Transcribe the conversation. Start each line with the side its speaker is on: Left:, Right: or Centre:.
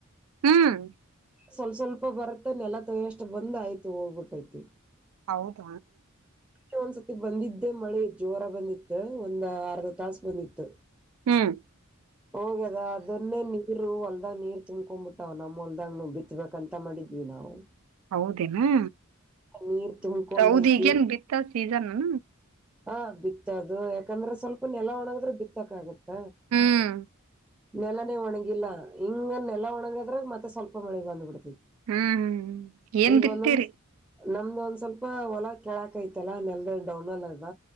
Right: ಹ್ಮ್
Centre: ಸ್ವಲ್ಪ ಸ್ವಲ್ಪ ಬರ್ತ್ತ ನೆಲ ತಷ್ಟ ಬಂದ್ ಆಯ್ತು ಹೋಗ್ಬಿಟ್ಟೈತಿ
Right: ಹೌದ
Centre: ಇನ್ನ್ ಒಂದ್ಸತಿ ಬಂದಿದ್ದೆ ಮಳೆ ಜೋರ ಬಂದಿತ್ತು ಒಂದ್ ಅರ್ಧ ತಾಸ ಬಂದಿತ್ತು
Right: ಹ್ಮ್
Centre: ಹೋಗದಾ ಅದನ್ನ ನೀ ಇರು ಹೊಲ್ದಾಗ್ ನೀರ್ ತುಂಬ್ಕೊ್ಬಿಟ್ಟಾವ್ ನಮ್ಮ ಹೊಲ್ದ್ ಬಿತ್ಬೇಕ ಅಂತ ಮಾಡಿದ್ವಿ ನಾವು
Right: ಹೌದೇನಾ
Centre: ನೀರ್ ತುಂಬ್ಕೊಂಡೈತಿ
Right: ಹೌದ ಈಗೇನ್ ಬಿತ್ತ ಸೀಸನ್ನಾ
Centre: ಹಾ ಬಿತ್ತದು ಯಾಕಂದ್ರೆ ಸ್ವಲ್ಪ ನೆಲ ಒಣಗದ್ರೆ ಬಿತ್ತಕ್ ಆಗತ್ತ
Right: ಹ್ಮ್
Centre: ನೆಲನೆೇ ಒಣಗಿಲ್ಲಾ ಹಿಂಗ ನೆಲ ಒಣಗದ್ರಾಗ ಮತ್ತೆ ಸ್ವಲ್ಪ ಮಳೆಗ್ ಬಂದ್ಬಿಡ್ತ
Right: ಹ್ಮ್ ಏನ್
Centre: ಈಗ
Right: ಬಿತ್ತೀರಿ
Centre: ಒಂದೊಂದ್ ನಮ್ದ ಒಂದ್ ಸ್ವಲ್ಪ ಹೊಲ ಕೆೇಳಕೈತಲ್ಲ ನೆಲ ಡೌನ್ ಅಲ್ಲ ಅದ